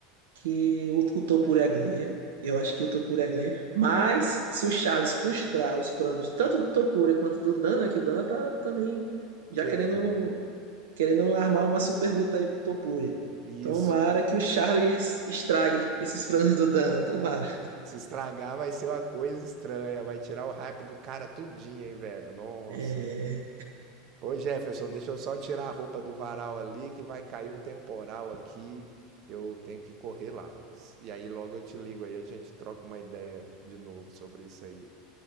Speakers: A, on the right (about 70°); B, on the right (about 45°).
A: que o, o Topuria ganha. Eu acho que o Topuria ganha. Mas se o Charles frustrar os planos tanto do Topuria quanto do Dana, que o Dana tá também já
B: Querendo.
A: querendo querendo armar uma super luta aí pro Topuri.
B: Isso.
A: Tomara que o Charles estrague esses planos do Dana, tomara.
B: Se estragar vai ser uma coisa estranha, vai tirar o hype do cara tudinho, hein, velho? Nossa.
A: É,
B: Ô Jefferson, deixa eu só tirar a roupa do varal ali que vai cair um temporal aqui. Eu tenho que correr lá. E aí logo eu te ligo aí, a gente troca uma ideia de novo sobre isso aí.